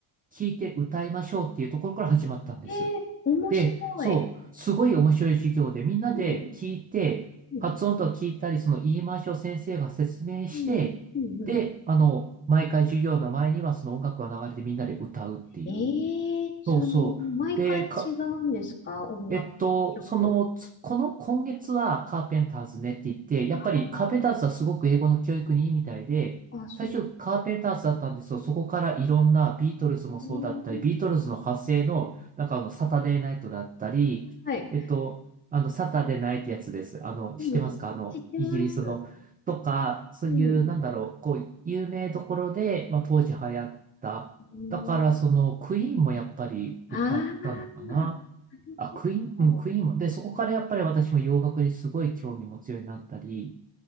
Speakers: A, on the right; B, on the left.
A: 聴いて歌いましょうっていうところから始まったんです。
B: えー、面白い。
A: で、そう、すごい面白い授業で、みんなで聞いて、
B: うん。うん。
A: 発音とか聞いたり、その言い回しを先生が説明して、
B: うん。うん。うん
A: で、あの、毎回授業の前にはその音楽が流れてみんなで歌うっていう。
B: ええその、
A: そうそう。
B: 毎回違うんですか音楽、
A: で、かえっと、
B: 曲。
A: その、つこの今月はカーペンターズねって言って、やっぱりカーペンターズはすごく英語の教育にいいみたいで、
B: ああ、あ、そう。
A: 最初カーペンターズだったんですよ。そこからいろんなビートルズもそうだったり、
B: うーん、
A: ビートルズの派生の、なんかあの、サタデーナイトだったり、
B: はい。
A: えっと、あの、サタデーナイってやつです。あの、知ってますかあの、
B: うん、知ってます。
A: イギリスの。とか、そういう、
B: うん。う
A: なんだろう、こう、有名どころで、まあ、当時流行った。
B: ーん、
A: だから、その、クイーンもやっぱり歌ったのかな。
B: ああ、なる
A: あ、クイーン、
B: ほど。
A: うん、クイーンも。で、そこからやっぱり私も洋楽にすごい興味持つようになったり、